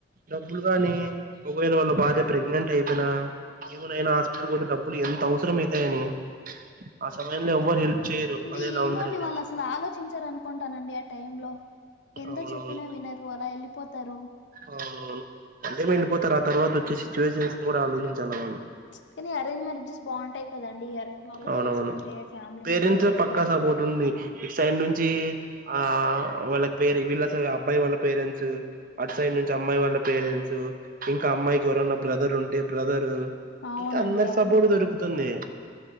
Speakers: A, on the right (about 50°); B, on the left (about 85°).
A: డబ్బులు గాని ఒకవేళ వాళ్ల భార్య ప్రెగ్నెంట్ అయిపోయిన ఏమనైనా హాస్పిటల్ పోతే డబ్బులు ఎంత అవసరమ అయితే అని ఆ సమయంలో ఎవ్వరు హెల్ప్
B: అంటే
A: లవ్
B: ఏందో
A: మ్యారేజ్
B: అండి వాళ్ళ
A: అయితే
B: అసలు ఆలోచించార అనుకుంటానండి ఆ టైంలో ఎంత
A: అవునవును
B: చెప్పినా వినరు అలా వెళ్ళిపోతారు
A: అవునవును మల్లెం వెళ్ళిపోతారు ఆ తర్వాత వచ్చే సిచువేషన్ కూడా ఆలోచించాలి వాళ్ళు
B: కానీ అరేంజ్ మ్యారేజ్ స్ బాగుంటాయి కదండీ అరేంజ్ మ్యారేజ్
A: అవునవును
B: చేసుకుంటే ఫ్యామిలీ
A: పేరెంట్స్
B: మొత్తం వస్తారు
A: పక్కా సపోర్ట్ ఉంది ఇటు సైడ్ నుంచి ఆ వాళ్ల పేర వీళ్లు అసలా అబ్బాయి వాళ్ళ పేరెంట్స్ అటు సైడ్ నుంచి అమ్మాయి వాళ్ళ పేరెంట్స్ ఇంకా అమ్మాయికి ఎవరైనా బ్రదర్ ఉంటే బ్రదర్
B: అవునండి
A: ఇక అందరు
B: అవును
A: సపోర్ట్ దొరుకుతుంది